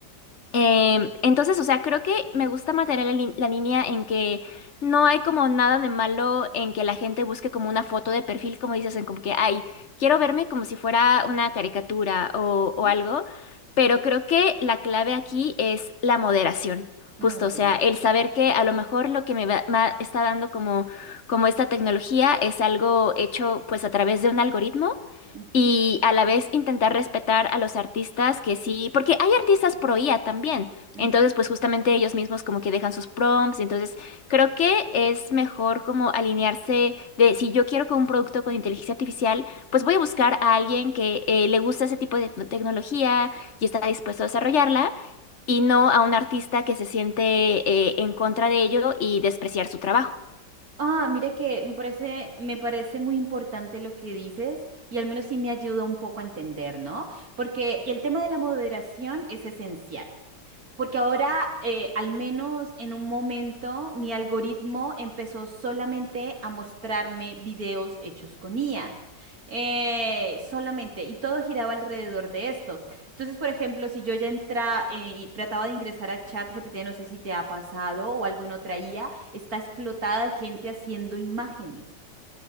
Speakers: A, on the left; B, on the right.
A: Em, entonces, o sea, creo que me gusta mantener la, lin- la línea en que no hay como nada de malo en que la gente busque como una foto de perfil, como dices, en como que, ay, quiero verme como si fuera una caricatura o,
B: ujú.
A: o algo, pero creo que la clave aquí es la moderación,
B: Ok.
A: justo, o sea, el saber que a lo mejor lo que me, va- ma- está dando como, como esta tecnología es algo hecho pues a través de un algoritmo
B: Ujú,
A: y a la vez intentar respetar a los artistas que sí, porque hay artistas pro IA también,
B: ujú.
A: entonces pues justamente ellos mismos como que dejan sus prompts, y entonces creo que es mejor como alinearse de si yo quiero que un producto con inteligencia artificial, pues voy a buscar a alguien que eh, le gusta ese tipo de tec- tecnología y está dispuesto a desarrollarla y no a un artista que se siente eh, en contra de ello y despreciar su trabajo.
B: Ah, mira que me parece, me parece muy importante lo que dices y al menos sí me ayuda un poco a entender, ¿no? Porque el tema de la moderación es esencial. Porque ahora, eh, al menos en un momento, mi algoritmo empezó solamente a mostrarme videos hechos con IA. Eh, solamente, y todo giraba alrededor de esto. Entonces, por ejemplo, si yo ya entraba y trataba de ingresar a ChatGPT, no sé si te ha pasado o alguna otra IA, está explotada de gente haciendo imágenes.